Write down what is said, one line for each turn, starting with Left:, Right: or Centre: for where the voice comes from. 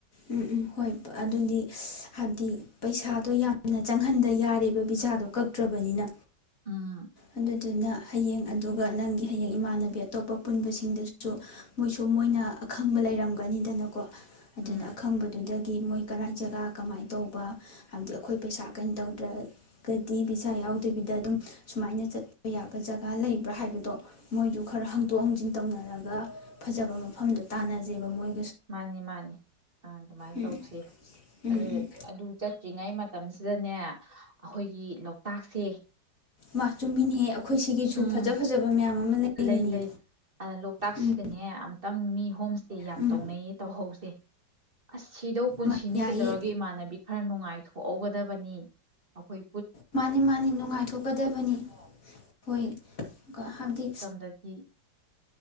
Left: ꯑꯝ ꯑꯝ ꯍꯣꯏ ꯑꯗꯨꯗꯤ ꯄꯩꯁꯥꯗꯣ ꯌꯥꯝꯅ ꯆꯪꯍꯟꯗ ꯌꯥꯔꯦꯕ ꯕꯤꯁꯥꯗꯣ ꯀꯛꯇ꯭ꯔꯕꯅꯤꯅ
Right: ꯎꯝ
Left: ꯑꯗꯨꯗꯨꯅ ꯍꯌꯦꯡ ꯑꯗꯨꯒ ꯅꯪꯒꯤ ꯍꯌꯦꯡ ꯏꯃꯥꯟꯕꯤ ꯑꯇꯣꯞꯄ ꯄꯨꯟꯕꯁꯤꯡꯗꯁꯨ ꯀꯩꯁꯨ ꯃꯣꯏꯅ ꯑꯈꯪꯕ ꯂꯩ ꯕꯅꯤꯗꯅ ꯑꯗꯨꯅ
Right: ꯎꯝ
Left: ꯑꯈꯪꯕꯗꯨꯗꯒꯤ ꯃꯣꯏ ꯀꯔꯥꯏ ꯖꯥꯒ ꯀꯃꯥꯏ ꯇꯧꯕ ꯍꯥꯏꯕꯗꯤ ꯑꯩꯈꯣꯏ ꯄꯩꯁꯥ ꯀꯤꯝꯇꯧꯗ꯭ꯔ ꯒꯗꯤ ꯕꯤꯖꯥ ꯌꯥꯎꯗꯕꯤꯗ ꯑꯗꯨꯝ ꯁꯨꯃꯥꯏꯅ ꯆꯠꯄ ꯌꯥꯕ ꯖꯒ ꯂꯩꯕꯥ꯭ꯔ ꯍꯥꯏꯕꯗꯣ ꯃꯣꯏꯁꯨ ꯈꯔ ꯍꯪꯗꯣꯛ ꯍꯪꯖꯤꯟ ꯇꯧꯅꯔꯒ ꯐꯖꯕ ꯃꯐꯝꯗꯣ ꯇꯅꯁꯦꯕ ꯃꯣꯏ
Right: ꯃꯅꯦ ꯃꯅꯦ ꯑꯗꯨꯃꯥꯏ
Left: ꯎꯝ
Right: ꯇꯧꯁꯦ
Left: ꯎꯝ
Right: ꯑꯗꯨ
Left: ꯎꯝ
Right: ꯑꯗꯨ ꯆꯠꯇ꯭ꯔꯤ ꯉꯩ ꯃ ꯇꯝ ꯁꯤꯗꯅꯦ ꯑꯈꯣꯏꯒꯤ ꯂꯣꯛꯇꯥꯛꯁꯦ
Left: ꯃ ꯆꯨꯝꯃꯤꯅꯦ ꯑꯩꯈꯣꯏ ꯁꯤꯒꯤꯁꯨ
Right: ꯎꯝ
Left: ꯐꯖ ꯐꯖꯕ ꯃꯌꯥꯝ ꯑꯃ ꯂꯩꯔꯤꯅꯤ
Right: ꯂꯩ ꯂꯩ ꯂꯣꯛꯇꯥꯛꯁꯤꯒꯅꯦ
Left: ꯎꯝ
Right: ꯑꯝꯇꯪ ꯃꯤ ꯍꯣꯝ ꯏꯁꯇꯦ ꯌꯥꯝ
Left: ꯎꯝ
Right: ꯇꯧꯅꯩꯌꯦ ꯇꯧꯍꯧꯁꯦ ꯑꯁ ꯁꯤꯗꯧ ꯄꯨꯟꯁꯤꯅꯤ
Left: ꯃꯥ ꯌꯥꯏꯌꯦ
Right: ꯀꯩꯗꯧꯔꯒꯦ ꯏꯃꯥꯟꯅꯕꯤ ꯈꯔ ꯅꯨꯡꯉꯥꯏ ꯊꯣꯛꯍꯧ ꯒꯗꯕꯅꯦ ꯑꯈꯣꯏ
Left: ꯃꯅꯦ ꯃꯅꯦ ꯅꯨꯡꯉꯥꯏ ꯊꯣꯛꯀꯗꯕꯅꯦ ꯍꯣꯏ ꯍꯥꯏꯕꯗꯤ
Right: ꯗꯗꯤ